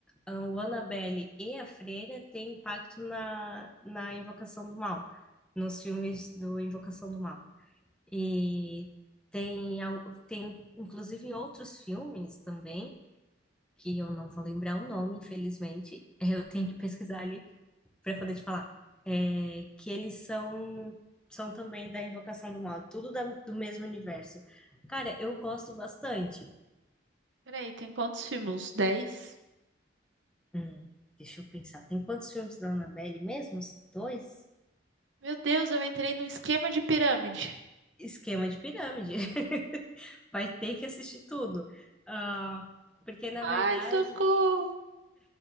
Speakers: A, in the centre; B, on the right.
A: ah, o Annabelle e a Freira têm impacto na, na Invocação do Mal, nos filmes do Invocação do Mal. E tem, al- tem inclusive outros filmes também que eu não vou lembrar o nome, infelizmente, <laughs> eu tenho que pesquisar ali para poder te falar, é, que eles são são também da Invocação do Mal, tudo da- do mesmo universo. Cara, eu gosto bastante.
B: Peraí, tem quantos filmes? Dez?
A: Hum, deixa eu pensar, tem quantos filmes da Annabelle mesmo? Uns Dois?
B: Meu Deus, eu entrei num esquema de pirâmide.
A: Esquema de pirâmide. <laughs> Vai ter que assistir tudo. Ah, porque, na
B: Ai,
A: verdade,
B: socorro!